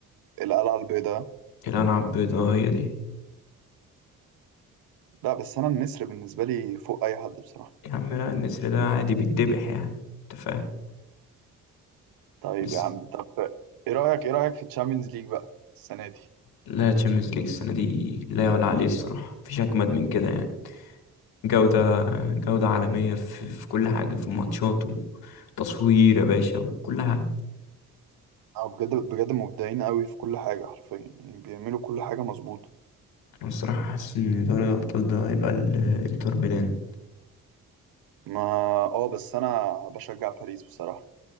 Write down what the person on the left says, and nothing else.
الألعاب بيضاء هي دي
يا عم لا النسر ده عادي بيتذبح يعني انت فاهم
بس
لا تشامبيونز ليج السنة دي لا يعلى عليه الصراحة مفيش أجمد من كده يعني جودة جودة عالمية في, في كل حاجة في الماتشات وتصوير يا باشا وكل حاجة
أنا الصراحة حاسس إن دوري الأبطال ده هيبقى ال- الإنتر ميلان